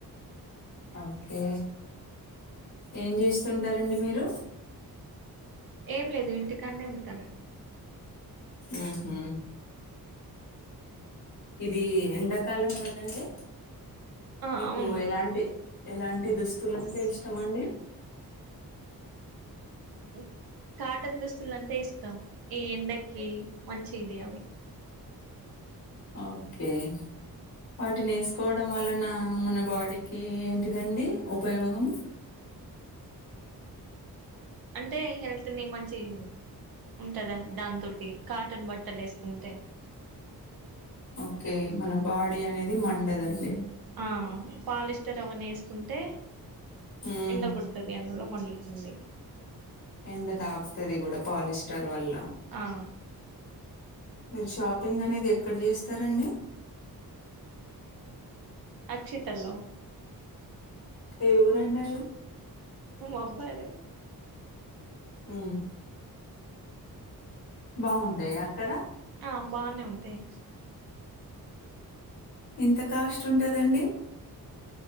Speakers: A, on the left; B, on the right.
A: ఓకే ఏం చేస్తుంటారండి మీరు.
B: ఏం లేదు ఇంటికన్నె ఉంటాను.
A: ఉహు ఇది ఎండాకాలం కదండి.
B: ఆ
A: మీకు
B: అవును
A: ఎలాంటి ఎలాంట్ దుస్తులు అంటే ఇష్టం మండి?
B: ఏ కాటన్ దుస్తులు అంటే ఇష్టం. ఈ ఎండకి మంచిది అవి
A: అవోకే వాటిని వేసుకోవడం వలన, మన బాడీకి ఏంటిదండి ఉపయోగం? <inaudible>
B: అంటే హెల్త్ ని మంచి, ఉంటదా దాంతోటి కాటన్ బట్టలు వేసుకుంటే.
A: ఓకే మన బాడీ అనేది మండదండి.
B: ఆ పాలిస్టర్ అవన్న వేసుకుంటే,
A: ఉమ్
B: ఎండ కొడుతుది, అందులో మండుతుంది.
A: ఎండ తాకుతది కూడా పాలిస్టర్ వల్ల.
B: ఆ
A: మీరు షాపింగ్ అనేది ఎక్కడ చేస్తారండి
B: అక్షిత ల్లో
A: ఏ ఊరుండది
B: అబ్బాయీ దే
A: ఉ బాగుంటాయా అక్కడ
B: నా బానే ఉంటయీ
A: ఎంత కాస్ట్ ఉంటదండి